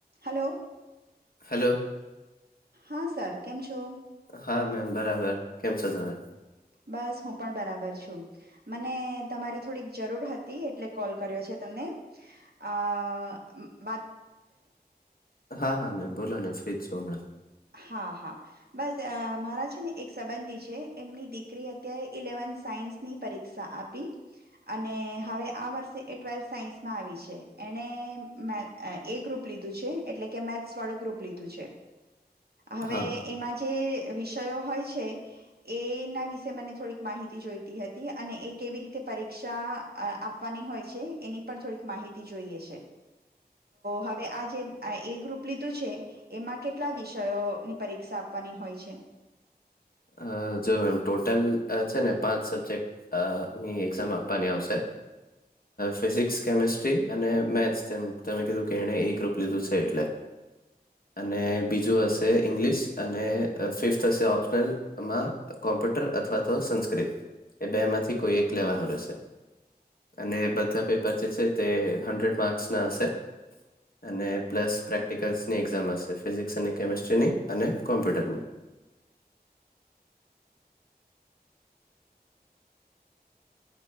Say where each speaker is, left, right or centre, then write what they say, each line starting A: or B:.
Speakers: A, on the right (about 70°); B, on the left (about 60°).
A: Hello
B: hello.
A: હા સરાર કેમ છો?
B: હા મેમ. બરાબર, કેમ છો તમે?
A: બસ હું પણ બરાબર છું, મને તમારી થોડીક જરૂર હતી એટલે કોલ કર્યો છે. તને, આ
B: હા હા મે બોલો ને ફ્રીજ. શું અમણા.
A: હા હા. બસ મારા છે ને એક સંબંધી છે એમની દીકરી હતી. ત્યાએ ઇલેવન સાયન્સની પરીક્ષા આપી. ી, અને હવે આ વર્ષે એ ટ્વેલ્થ સાયન્સમાં આવી છે એને મે એ ગ્રુપ લીધું છે એટલે કે મેથસ વાળું ગ્રુપ લીધું છે. હવે
B: હા
A: એમાં જે વિષયો હોય છે, એના વિશે મને થોડીક માહિતી જોઈતી હતી અને એ કેવી રીતે પરીક્ષા આપવાની હોય છે એની પણ થોડીક માહિતી જોઈએ છે. હ આ જે એ ગ્રુપ લીધું છે એમાં કેટલા વિશે ની પરીક્ષા આપવાની હોય છે.
B: અ જો એમ ટોટલ છે ને પાંચ સબ્જેક્ટ ની એક્ઝામ આપવાની આવશે ફિઝિક્સ કેમેિસ્ટ્રી અને મેથ્સ તેમ તમે કીધું કે એણે ગ્રુપ એટલે અને બીજું હશે <unintelligible> અને ફિફ્થ હશે ઓપ્શનલમાં કોમ્પ્યુટર અથવા તો સંસ્કૃત એ બે માંથી કોઈ એક લેવાનું રહેશે અને બધા પેપર જે છે તે હડ્રેડ માર્ક્સના હશે. અને પ્લસ પ્રેક્ટિકલ્સની એક્ઝામ હશે ફિઝિક્સ અને કેમેસ્ટ્રીની અને કોમ્પ્યુટરની